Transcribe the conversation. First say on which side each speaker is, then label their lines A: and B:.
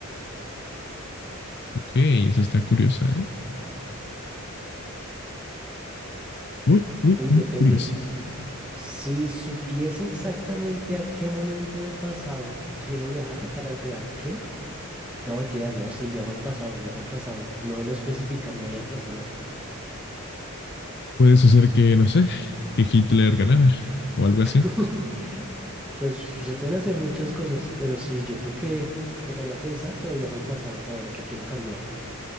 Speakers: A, on the left; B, in the centre.
A: Ok, eso está curiosa, ¿eh? Muy, muy,
B: Uy,
A: muy
B: depende.
A: curiosa.
B: Si supiese exactamente a qué momento del pasado quiero viajar para alterar qué. No, mentiras, no, sí, viajo al pasado, viajo al pasado. No, no especifica, me voy al pasado.
A: Puedes hacer que, no sé, que Hitler ganara o algo así.
B: <laughs> Pues se pueden hacer muchas cosas, pero sí, yo creo que tocaría pensar, pero viajo al pasado para ver qué quiero cambiar.